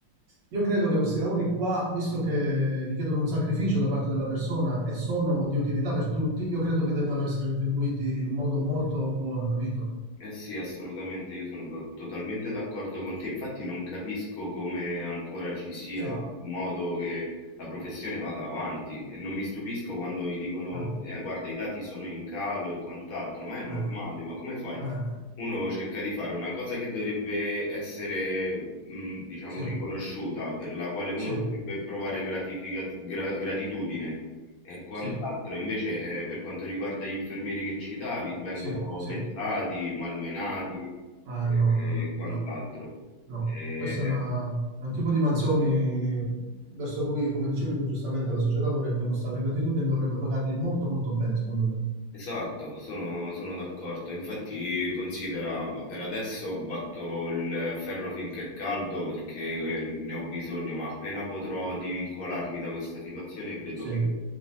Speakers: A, on the right; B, on the left.
A: Io credo che questi lavori qua, visto che richiedono un sacrificio da parte della persona e sono di utilità per tutti, io credo che debbano essere retribuiti in modo molto buono, capito?
B: Eh sì, assolutamente, io sono to- totalmente d'accordo con te. Infatti non capisco come ancora ci sia
A: Sì.
B: modo che la professione vada avanti e non mi stupisco quando mi dicono,
A: Ah,
B: eh, guarda, i dati sono in calo e quant'altro, ma è normale,
A: ah.
B: ma come fai?
A: Eh,
B: Uno cerca di fare una cosa che dovrebbe essere, mh, diciamo,
A: sì,
B: riconosciuta, per la quale uno
A: sì,
B: dovrebbe provare gratifica- gra- gratitudine. E quant'altro,
A: sì,
B: invece, ehm, per quanto riguarda gli infermieri che citavi, vengono
A: sì, sì.
B: vessati,
A: Eh,
B: malmenati
A: eh,
B: e
A: no, no, no,
B: e quant'altro.
A: no, no.
B: Ehm
A: Questo è, una- è un tipo di mansioni verso cui, come dicevi tu giustamente, la società dovrebbe mostrare gratitudine e dovrebbe pagarli molto, molto bene, secondo me.
B: Esatto, sono, sono d'accordo. Infatti, considera, ma per adesso batto il ferro finché è caldo perché eh, ne ho bisogno, ma appena potrò divincolarmi da questa situazione, credo
A: Sì,
B: che
A: Eh,